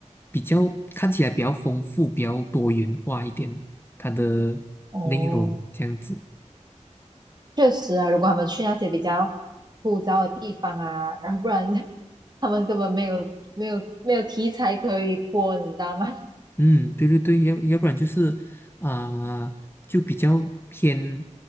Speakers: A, on the left; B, on the right.
A: 比较看起来比较丰富、比较多元化一点，它的内容这样子。
B: 哦，确实啊，如果他们去那些比较枯燥的地方啊，然后不然 <laughs> 他们根本没有没有没有题材可以播，你知道吗？
A: 嗯，对对对，要要不然就是啊、就比较偏